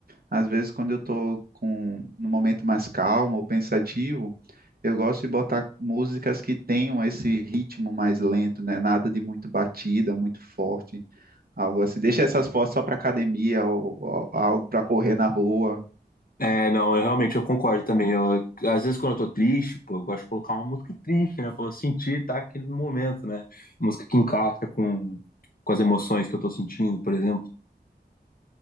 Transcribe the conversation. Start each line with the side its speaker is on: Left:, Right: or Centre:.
Right: Às vezes quando eu estou com num momento mais calmo ou pensativo, eu gosto de botar músicas que tenham esse ritmo mais lento, né? Nada de muito batida, muito forte, algo assim. Deixa essas fotos só para academia ou, ou algo para correr na rua.
Left: É, não, eu realmente eu concordo também. Eu, às vezes quando eu tô triste, pô, eu gosto de colocar uma música triste, né? Pra eu sentir, tá aquele momento, né? Música que encaixa com, com as emoções que eu tô sentindo, por exemplo.